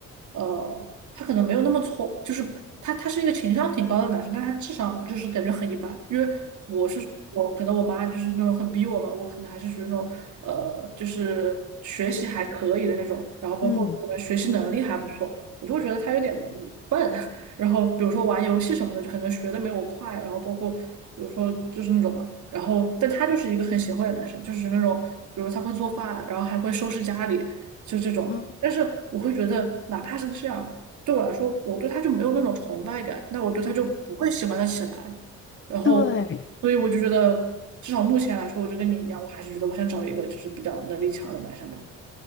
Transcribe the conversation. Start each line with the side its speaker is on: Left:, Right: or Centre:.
Right: 呃，他可能没有那么聪，就是他他是一个情商挺高的男生，但他智商就是感觉很一般。因为我是我可能我妈就是那种很逼我吧，我可能还是属于那种呃，就是学习还可以的那种，然后包括可能学习能力还不错，
Left: 嗯，
Right: 我就会觉得他有点笨，<laughs> 然后比如说玩游戏什么的，就可能学的没我快，然后包括比如说就是那种嘛，然后但他就是一个很贤惠的男生，就是那种比如他会做饭，然后还会收拾家里，就这种。
Left: 嗯，
Right: 但是我会觉得，哪怕是这样，对我来说，我对他就没有那种崇拜感，那我对他就不会喜欢的起来。然后，
Left: 对，
Right: 所以我就觉得，至少目前来说，我就跟你一样，我还是觉得我想找一个就是比较能力强的男生吧。